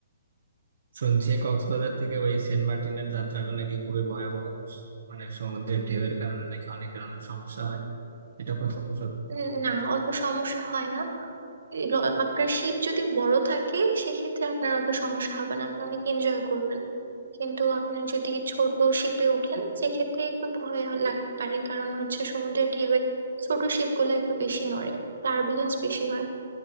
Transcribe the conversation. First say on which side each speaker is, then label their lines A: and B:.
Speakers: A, on the right (about 55°); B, on the right (about 80°).
A: শুনছি কক্সবাজার থেকে ওই সেন্ট মার্টিনের যাত্রাটা নাকি খুবই ভয়াবহ মানে সমুদ্রের ঢেউয়ের কারণে নাকি অনেকের অনেক সমস্যা হয় এটা কত সত্যি
B: উম, না অত সমস্যা হয় না এই ল- আপনার শিপ যদি বড় থাকে সেক্ষেত্রে আপনার অত সমস্যা হবে না আপনি অনেক এনজয় করবেন কিন্তু আপনি যদি ছোট শিপে ওঠেন সেক্ষেত্রে একটু ভয় হ- লাগতে পারে কারণ হচ্ছে সমুদ্রের ঢেউয়ে ছোট শিপগুলো একটু বেশি নড়ে টার্বুলেন্স বেশি হয়